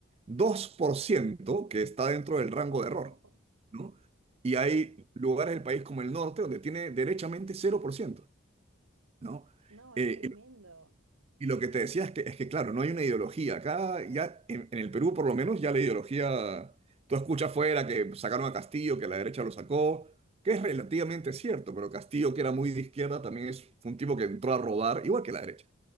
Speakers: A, on the right; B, on the right.
A: 2%, que está dentro del
B: <laughs>
A: rango de error, ¿no? Y hay lugares del país como el norte donde tiene derechamente cero por ciento, ¿no?
B: No,
A: Eh,
B: es tremendo.
A: Y lo que te decía es que, es que claro, no hay una ideología. Acá, ya en, en el Perú, por lo menos, ya la ideología. Tú escuchas afuera que sacaron a Castillo, que la derecha lo sacó, que es relativamente cierto, pero Castillo, que era muy de izquierda, también es fue un tipo que entró a robar, igual que la derecha